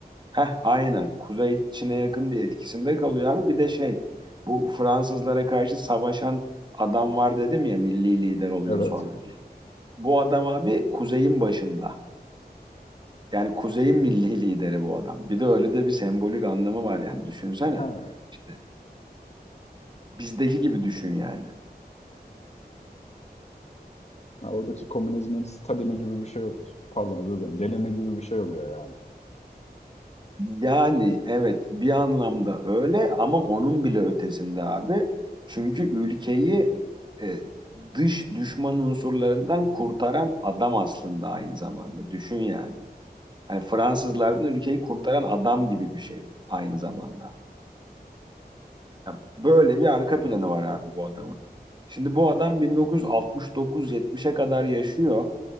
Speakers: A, on the right (about 25°); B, on the left (about 40°).
A: Heh, aynen. Kuzey Çin'e yakın diye etkisinde kalıyor abi. Bir de şey bu Fransızlara karşı savaşan adam var dedim ya milli lider oluyor
B: Evet.
A: sonra. Bu adam abi kuzeyin başında. Yani kuzeyin milli lideri bu adam. Bir de öyle de bir sembolik anlamı var yani düşünsene.
B: Ha,
A: İşte bizdeki gibi düşün yani.
B: Ya oradaki komünizmin stadyumu gibi bir şey oluyor. Pardon özür dilerim. Gelini gibi bir şey oluyor yani.
A: Yani evet bir anlamda öyle ama onun bile ötesinde abi. Çünkü ülkeyi e, dış düşman unsurlarından kurtaran adam aslında aynı zamanda. Düşün yani. Hani Fransızlardan
B: Hı,
A: ülkeyi kurtaran adam gibi bir şey aynı zamanda. Ya böyle bir arka planı
B: Anladım.
A: var abi bu adamın. Şimdi bu adam 1969-70'e kadar yaşıyor.